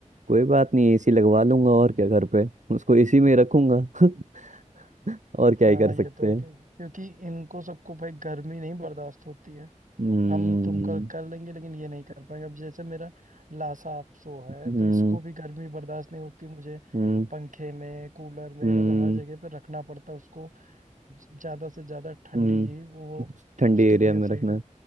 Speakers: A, on the right; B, on the right.
A: कोई बात नहीं एसी लगवा लूंगा और क्या घर पे उसको एसी में रखूंगा <laughs> और क्या
B: हाँ
A: ही कर सकते
B: ये तो
A: हैं
B: क्यों- क्योंकि इनको सबको भाई गर्मी नहीं बर्दाश्त होती है
A: हम्म
B: हम तुम कर, कर लेंगे लेकिन ये नहीं कर पाएंगे अब जैसे मेरा लासा अपसो है
A: हम्म
B: तो इसको भी गर्मी बर्दाश्त नहीं होती मुझे
A: हम्म
B: पंखे में कूलर में
A: हम्म
B: मतलब हर जगह पे रखना पड़ता है उसको ज- ज्यादा से ज्यादा ठंडी
A: हम्म
B: ही वो
A: ठंडी
B: उसके
A: एरिया
B: लिए
A: में
B: सही
A: रखना
B: रहे
A: है